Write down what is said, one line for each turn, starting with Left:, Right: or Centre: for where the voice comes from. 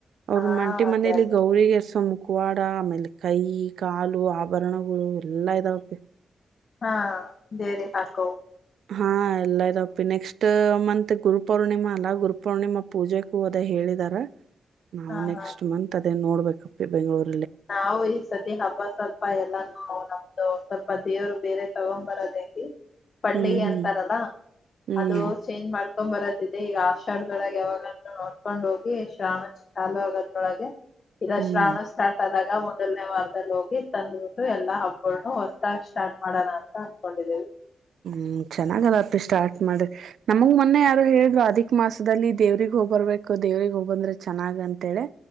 Right: ಅವ್ರ
Left: ಹಾ
Right: ಮಂಟಿ
Left: ಅದೇ
Right: ಮನೇಲಿ
Left: ಅದೇ
Right: ಗೌರಿ ಎಸ ಮು ಕು ಕವಾಡ ಆಮೇಲೆ ಕೈ ಕಾಲು ಆಭರಣಗಳು ಎಲ್ಲಾ ಇದಾವಪ್ಪೆ
Left: ಹಾ ಬೇರೆ ಹಾಕ
Right: ಹಾ ಎಲ್ಲ ಇದಪ್ಪಿ ನೆಕ್ಸ್ಟ್ ಮಂತ್ ಗುರು ಪೌರ್ಣಿಮಾ ಅಲ್ಲಾ ಗುರು ಪೌರ್ಣಿಮಾ ಪೂಜೆ ಕೂ ಅದ ಹೇಳಿ ಇದ ನಾವು
Left: ಹಾ
Right: ನೆಕ್ಸ್ಟ್
Left: ಹಾ
Right: ಮಂತ್ ಅದೇ ನೋಡ್ಬೇಕಪ್ಪ ಬೆಂಗಳೂರು
Left: ನಾವು ಈ ಸತಿ ಹಬ್ಬ ಸ್ವಲ್ಪ ಎಲ್ಲಾನನ ಸ್ವಲ್ಪ ದೇವರು ಬೇರೆ ತಗೊ್ ಬರೋದೈತಿ ಪಡ್ಿಗೆ
Right: ಹ್ಮ್ ಹ್ಮ್
Left: ಅಂತಾರಲ್ಲ
Right: ಹ್ಮ್
Left: ಅದು ಚೇಂಜ್ ಮಾಡ್ ಕಕೊ್ ಬರತ್ತ ಇದೆ ಈಗ ಆಷಡದೊಳಗೆ ಯಾವಾಗಂತೂ ನೋಡ್ಕೊಂಡ್ ಹೋಗಿ ಶ್ರಾಣ ಚಾಲು ಆಗದೊಳಗೆ ಇದು
Right: ಹ್ಮ್
Left: ಶ್ರಾವಣ ಸ್ಥ ಆದಾಗ ಮೊದಲನೇ ವಾರದಲ್ಲಿ ಹೋಗಿ ತಂದ್ಬಿಟ್ಟು ಎಲ್ಲ ಹಬ್ಬನ್ನ ಹೊಸದಾಗಿ ಸ್ಟಾರ್ಟ್ ಮಾಡೋಣ ಅಂತ ಅನ್ಕೊಂಡಿದ್ರು
Right: ಹ್ಮ್ ಚೆನ್ನಾಗಲತಿ ಸ್ಟಾರ್ಟ್ ಮಾಡ್ರಿ ನಮಗ ಮೊನ್ನೆ ಯಾರು ಹೇಳಿದರು ಅದಿ ಮಾಸದಲ್ಲಿ ದೇವ್ರಗ್ ಹೋಗ್ಬರ್ಬೇಕು ದೇವ್ರಗ್ ಹೋಗಬಂದ್ರೆ ಚೆನ್ನಾಗ ಅಂತೇಳಿ.